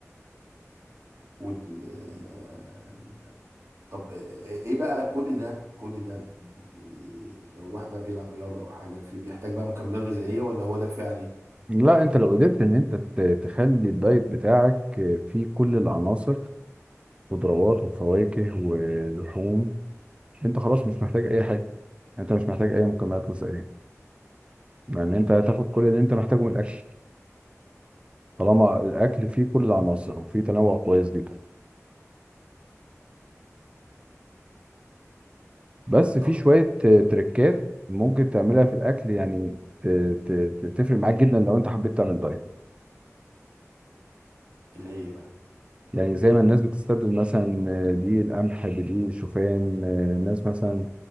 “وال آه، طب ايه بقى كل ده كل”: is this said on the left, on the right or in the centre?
Right